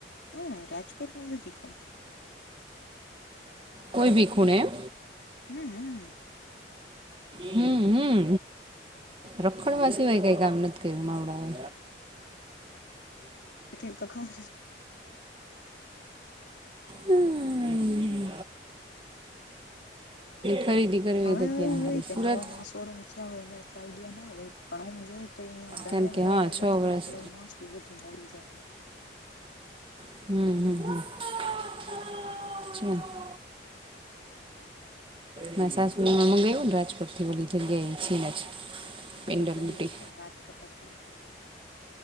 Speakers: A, on the left (about 75°); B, on the right (about 30°).
A: હા રાજકોટનું બી દીખમ
B: કોઈ ભી ખૂણે એમ
A: હમ હમ
B: હમ હમ રખડવા સિવાય કઈ કામ નથી કર્યું માવડાએ
A: એટલું તો ખબર
B: હમ ખરીદી કરવી
A: હવે
B: તો
A: હવે
B: ક્યાં
A: હોય
B: હારી
A: કે
B: સુરત
A: નવાો નવા શોરૂમ થયા હોય એ આઈડિયા ના હોય પણ હમ જોઈ તો અંયા ધર્મેન્દ્ર
B: કારણ કે હા
A: રોડે
B: છ
A: જઈ ને
B: વર્ષ
A: એટલે મોસ્ટલી બધું મળી જાય
B: હમ હમ હમ છે મે સાસુ એ હમણાં મંગાવ્યું ને રાજકોટથી ઓલી જગ્યાએ છેને જ
A: હા એ મને ખબર
B: પેન્ડલ
A: પડી
B: બુટી
A: હું તને વાત કરતા ભૂલી ગઈ